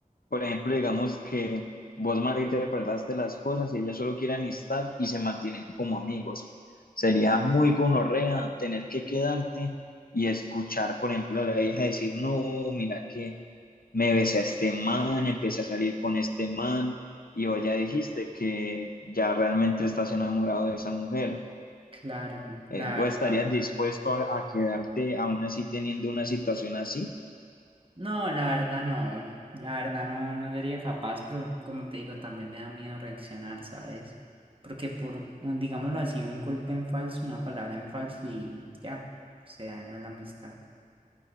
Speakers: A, on the left; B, on the right.
A: Por ejemplo, digamos que vos malinterpretaste las cosas y ella solo quiere amistad y se mantienen como amigos. Sería muy gonorrea tener que quedarte y escuchar, por ejemplo, a la hija decir, no, mira que me besé a este man, empecé a salir con este man, y vos ya dijiste que ya realmente estás enamorado de esa mujer.
B: claro, la
A: Eh, ¿vos
B: verdad.
A: estarías dispuesto a, a quedarte aún así teniendo una situación así?
B: No, la verdad no, la verdad no, no sería capaz, pero como te digo, también me da miedo reaccionar, ¿sabes? Porque por un, digámoslo así, un golpe en falso, una palabra en falso y ya, se dañó la amistad.